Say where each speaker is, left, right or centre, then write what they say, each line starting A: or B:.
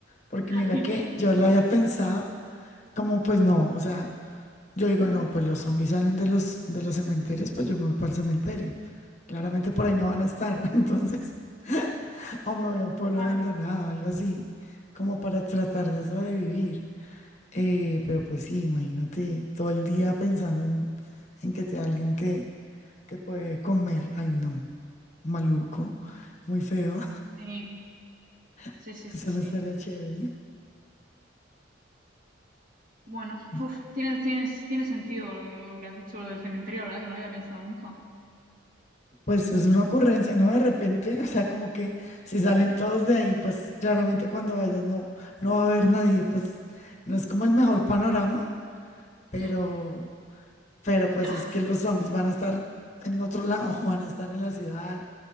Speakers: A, on the left; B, on the right.
A: Porque mira
B: ¿Y
A: que
B: tú?
A: yo lo había pensado, como pues no, o sea, yo digo, no, pues los zombies salen de los, de los cementerios, pues yo me voy para el cementerio. Claramente por ahí no van a estar, <laughs> entonces, o me voy a un pueblo
B: Claro.
A: abandonado, algo así, como para tratar de sobrevivir. Eh, pero pues sí, imagínate todo el día pensando en, en que te, alguien te, te puede comer. Ay, no, maluco, muy feo.
B: Sí, sí,
A: <laughs>
B: sí,
A: Eso
B: sí, sí.
A: no estaría chévere.
B: Bueno,
A: Y,
B: uf, tienes, tienes, tiene sentido lo, lo que has dicho, lo del cementerio, la verdad que no lo había pensado nunca.
A: Pues es una ocurrencia, ¿no? De repente, o sea, como que si salen todos de ahí, pues claramente cuando vayas no, no va a haber nadie, pues no es como el mejor panorama, pero
B: Mm,
A: Pero pues
B: ya.
A: es que los zombies van a estar en otro lado, <laughs> van a estar en la ciudad,